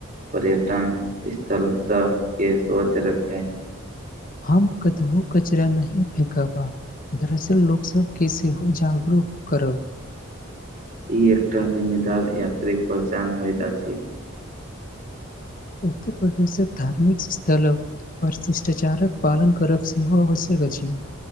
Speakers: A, on the right (about 40°); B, on the left (about 40°).
A: पर्यटन स्थलता के स्वच्छ रखें
B: हम कतहो कचरा नहि फेेकब आ दरअसल लोकसभके सेहो जागरूक करब
A: <inaudible> ई एकटा जिम्मेदार यात्रीक पहचान होइत अछि
B: उत्तर प्रदेशक धार्मिक स्थलक परशिष्टाचारक पालन करब सेहो आवश्यक अछि